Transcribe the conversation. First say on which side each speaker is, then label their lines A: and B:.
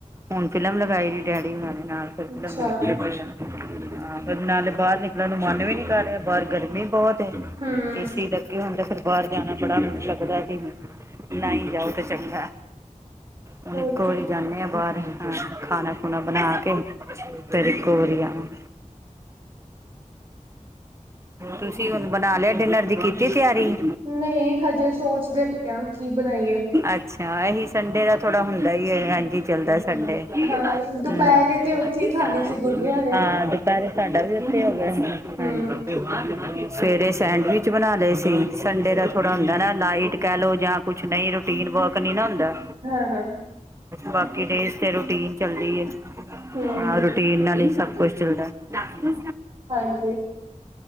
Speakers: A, on the right; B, on the right.
A: ਹੁਣ ਫਿਲਮ ਲਗਾਈ ਰਹੀ ਡੈਡੀ ਹੋਣਾ ਨੇ ਨਾਲ। ਫੇਰ
B: ਅੱਛਾ
A: ਫਿਲਮ ਦੇਖਦੇ ਪਏ ਆ। ਹਾਂ, ਫੇਰ ਨਾਲੇ ਬਾਰ ਨਿਕਲਣ ਨੂੰ ਮਨ ਵੀ ਨੀ ਕਰ ਰਿਹਾ ਬਾਹਰ ਗਰਮੀ ਬੋਹਤ। ਏਸੀ
B: ਹੂੰ
A: ਲੱਗੇ ਹੋਣ ਤੇ ਫੇਰ ਬਾਰ ਜਾਣਾ ਬੜਾ ਲੱਗਦਾ <unintelligible> ਨਾ ਹੀ ਜਾਓ ਤਾਂ ਚੰਗਾ ਹੁਣ
B: ਹੋਰ
A: ਇੱਕੋ
B: ਕੀ
A: ਵਾਰੀ ਜਾਨੇ ਹਾਂ ਬਾਰ। ਹਾ ਖਾਣਾ-ਖੁਣਾ ਬਣਾ ਕੇ ਫੇਰ ਇਕੋ ਵਾਰੀ ਆਵਾ। ਤੁਸੀਂ ਹੁਣ ਬਣਾ ਲਿਆ ਡਿਨਰ ਦੀ ਕੀਤੀ ਤਿਆਰੀ।
B: ਨਹੀਂ ਹਜੇ ਸੋਚਦੇ ਪਏ ਆ ਕੀ ਬਣਾਈਏ
A: ਅੱਛਾ ਇਹੀ ਸੰਡੇ ਦਾ ਥੋੜਾ ਹੁੰਦਾ ਹੀ ਏ ਐਜ ਹੀ ਚੱਲਦਾ ਸੰਡੇ।
B: ਹਾਂ, ਦੁਪਹਿਰੇ
A: ਹਮ ਹਾਂ,
B: ਤੇ ਉੱਥੇ ਹੀ ਖਾ ਲਈ ਸੀ ਗੁਰਦੁਆਰੇ
A: ਦੁਪਹਿਰੇ ਸਾਡਾ ਵੀ ਉੱਥੇ ਹੋ ਗਿਆ <unintelligible>
B: ਹੂੰ
A: ਸਵੇਰੇ ਸੈਂਡਵਿਚ ਬਣਾ ਲਏ ਸੀ ਸੰਡੇ ਦਾ ਥੋੜਾ ਹੁੰਦਾ ਨਾ ਲਾਈਟ ਕਹਿ ਲੋ ਯਾ ਕੁਛ ਨਹੀਂ ਰੂਟੀਨ ਵਰਕ ਨੀ ਨਾ ਹੁੰਦਾ।
B: ਹਾਂ ਹਾਂ
A: ਬਾਕੀ ਡੇਜ਼ ਤੇ ਰੂਟੀਨ ਚੱਲਦੀ ਏ
B: ਹੂੰ,
A: ਹਾਂ ਰੂਟੀਨ ਨਾ ਹੀ ਸਭ ਕੁਛ ਚਲਦਾ। ਹ
B: ਹਾਂਜੀ